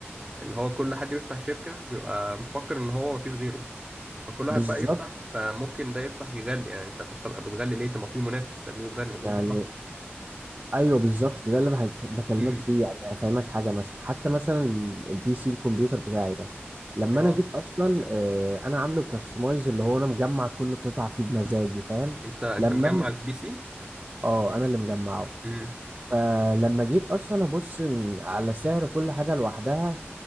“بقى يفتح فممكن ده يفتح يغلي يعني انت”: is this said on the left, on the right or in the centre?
Right